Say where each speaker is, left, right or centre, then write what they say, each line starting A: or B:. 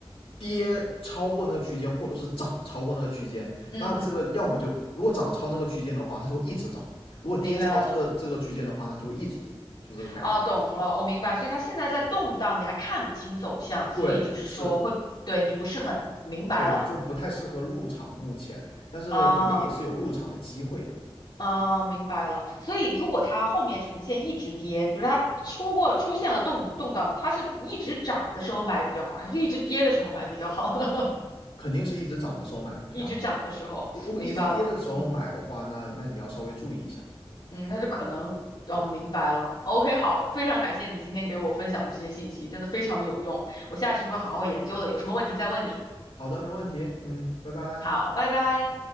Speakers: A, on the left (about 75°); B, on the left (about 60°).
A: 跌超过那个区间，或者是涨超过那个区间，
B: 嗯嗯。
A: 那这个要么就如果涨超那个区间的话，它就会一直涨；如果跌超这个这个区间的话，
B: 明白了，
A: 它就会一直跌，就这个概念。
B: 哦，懂了，我明白。所以它现在在动荡，你还看不清走向，所以就是说会，
A: 对，是，
B: 对，你不是很明白了
A: 对，就不太适合入场目前，但是肯定也是有入场的机会的，
B: 啊啊，明白了。所以如果它后面呈现一直跌，比如它出过出现了动动荡，它是一直涨的时候买比较好，还是一直跌的时候买比较好呢？<laughs>
A: 肯定是一直涨的时候买的比较好。
B: 一直涨的时候，
A: 如果一直跌的时候买的话，
B: 明白了，嗯
A: 那那你要稍微注意一下。
B: 嗯，那就可能。嗯，
A: 对，
B: 明白了。OK，好，非常感谢你今天给我分享的这些信息，真的非常有用。我下去会好好研究的，有什么问题再问你。
A: 好的，没问题，嗯，拜拜。
B: 好，拜拜。